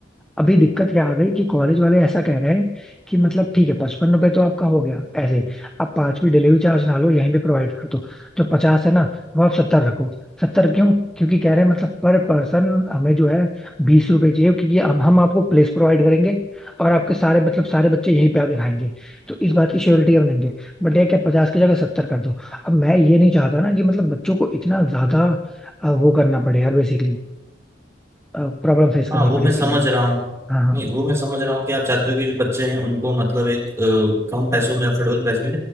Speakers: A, in the centre; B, on the right.
A: अभी दिक्कत क्या आ गई कि कॉलेज वाले ऐसा कह रहे हैं कि मतलब ठीक है पचपन रुपए तो आपका हो गया ऐसे आप पांचवी डिलीवरी चार्ज ना लो यहीं पे प्रोवाइड कर दो जो पचास है ना वो आप सत्तर रखो सत्तर क्यों क्योंकि कह रहे हैं मतलब पर पर्सन हमें जो है बीस रुपए चाहिए क्योंकि हम हम आपको प्लेस प्रोवाइड करेंगे और आपके सारे मतलब सारे बच्चे यहीं पे आके खाएंगे तो इस बात की श्योरिटी हम लेंगे बट ये क्या पचास की जगह सत्तर कर दो अब मैं ये नहीं चाहता ना कि मतलब बच्चों को इतना ज्यादा अ, वो करना पड़े यार बेसिकली प्रॉब्लम फेस करनी
B: हाँ वो
A: पड़े
B: मैं
A: इसके
B: समझ
A: लिए
B: रहा हूँ
A: हाँ हाँ
B: नहीं वो मैं समझ रहा हूँ कि आप चाहते हो कि जो बच्चे हैं उनको मतलब एक अ, कम पैसों में अफोर्डेबल प्राइस में